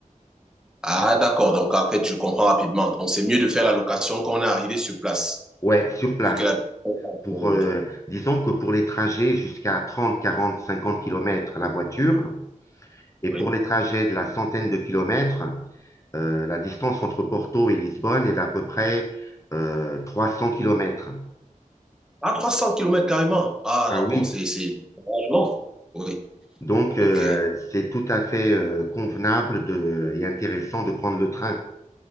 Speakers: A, in the centre; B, on the left.
A: Ah, d'accord. Donc, en fait, je comprends rapidement. Donc, c'est mieux de faire la location quand on est arrivé sur place,
B: Ouais, sur place.
A: vu que la...
B: Pour,
A: Oui,
B: euh, disons que pour les trajets jusqu'à 30, 40, 50 kilomètres, la voiture, et
A: oui.
B: pour les trajets de la centaine de kilomètres, euh, la distance entre Porto et Lisbonne est d'à peu près euh, 300 kilomètres.
A: Ah, 300 km carrément. Ah,
B: Ah
A: d'accord.
B: oui,
A: C'est, c'est... c'est largement. Oui.
B: Donc,
A: Ok.
B: euh, c'est tout à fait euh, convenable de- et intéressant de prendre le train.